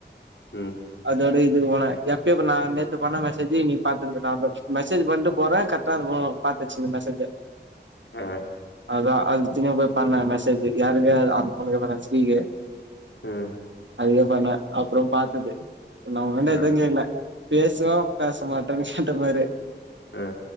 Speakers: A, on the left; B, on the right.
A: ம்
B: அதோட இது போண எப்பயோ நா நேத்த பண்ண மெசேஜ் இன்னைக்கி பா்த்திருந்த நா மெசேஜ் பண்ணிட்டு போறே கரெக்டா இருக்கனும் பார்த்து வச்சிக்கோ இந்த மெசேஜ
A: ஆ
B: அதான் அது திங்கள்கிழபோய் பண்ணா மெசேஜ் யாருனே அந்த பொண்ணுக்கன் ஸ்ரீஏ
A: ம்
B: அதிகே பண்ணேன் அப்புறம் பார்த்தது நான்ண்டா
A: ஆ
B: எதுங் கேக்ல பேசுவான் பேச மாட்டேன்னு கேட்ட மாரி
A: ஆ